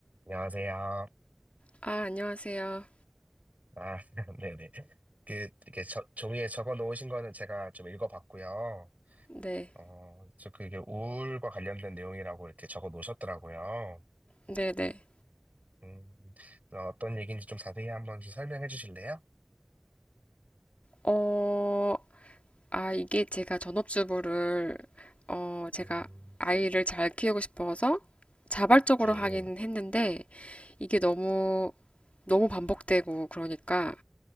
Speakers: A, on the right; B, on the left.
A: 안녕하세요.
B: 아, 안녕하세요.
A: 아, <laughs> 네네. 그, 이렇게 저- 종이에 적어 놓으신 거는 제가 좀 읽어봤고요.
B: 네,
A: 어, 저 그게 우울과 관련된 내용이라고 이렇게 적어 놓으셨더라고요.
B: 네, 네.
A: 음, 어, 떤 얘기인지 좀 자세히 한번 좀 설명해 주실래요?
B: 어, 아, 이게 제가 전업주부를, 어, 제가
A: 음,
B: 아이를 잘 키우고 싶어서 자발적으로
A: 네.
B: 하긴 했는데, 이게 너무, 너무 반복되고, 그러니까,